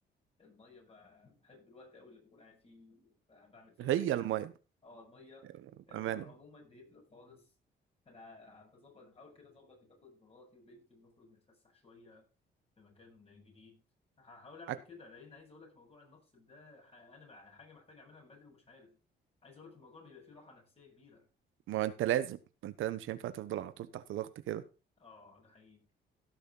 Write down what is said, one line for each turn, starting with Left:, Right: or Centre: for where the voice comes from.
Left: الميه ب- بحب الوقت قوي اللي بكون قاعد فيه ب- بعمل فيه
Right: هي
Left: حاجه
Right: المية
Left: اه الميه
Right: بأمانة
Left: العوم عموما بيفرق خالص انا بظبط بحاول كده اظبط باخد مراتي وبنتي ونخرج نتفسح شويه في مكان جديد هحاول اعمل
Right: حك-
Left: كده لان عايز اقول لك موضوع المفصل ده ح- انا مع حاجه محتاج اعملها من بدري ومش عارف عايز اقول لك الموضوع بيبقى فيه راحه نفسيه كبيره
Right: ما انت لازم ما انت مش هينفع تفضل على طول تحت ضغط كده
Left: اه ده حقيقي